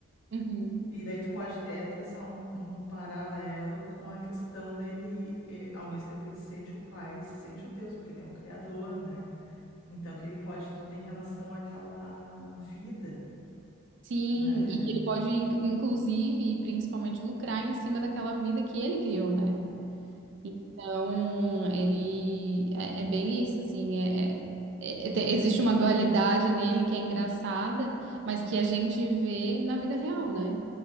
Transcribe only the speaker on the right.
Uhum.
Sim,
e que ele pode, in- inclusive, e principalmente, lucrar em cima daquela vida que ele criou, né? Então, ele é, é bem isso, assim, é, é- é- te- existe uma dualidade nele que é engraçada, mas que a gente vê na vida real, né?